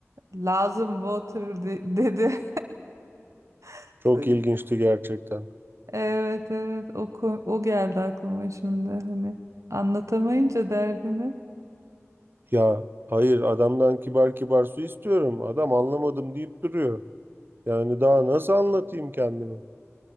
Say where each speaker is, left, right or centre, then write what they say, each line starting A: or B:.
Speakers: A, on the right; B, on the right.
A: lazım water de- dedi. <laughs>
B: Çok ilginçti gerçekten.
A: Evet evet o, ko- o geldi aklıma şimdi hani anlatamayınca derdini.
B: Ya hayır adamdan kibar kibar su istiyorum. Adam anlamadım deyip duruyor. Yani daha nasıl anlatayım kendimi?